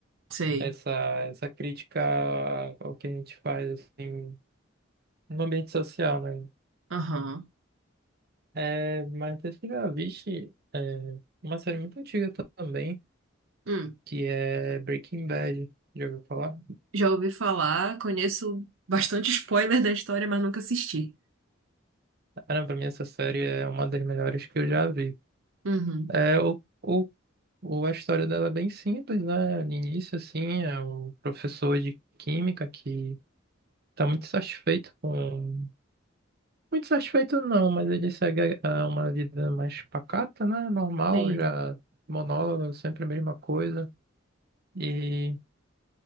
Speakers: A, on the right; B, on the right.
A: Sei.
B: essa, essa crítica ao que a gente faz, assim, no ambiente social, né?
A: Aham.
B: É, mas você já viste é, uma série muito antiga também,
A: Hum.
B: que é Breaking Bad. Já ouviu falar?
A: Já ouvi falar, conheço bastante spoiler da história, mas nunca assisti.
B: Cara, pra mim essa série é uma das melhores que eu já vi.
A: Uhum.
B: É, o, o, o- a história dela é bem simples, né? No início, assim, é um professor de química que tá muito satisfeito com... Muito satisfeito não, mas ele segue ah, uma vida mais pacata, né? Normal,
A: Sim.
B: já
A: <laughs>
B: monólogo, sempre a mesma coisa. e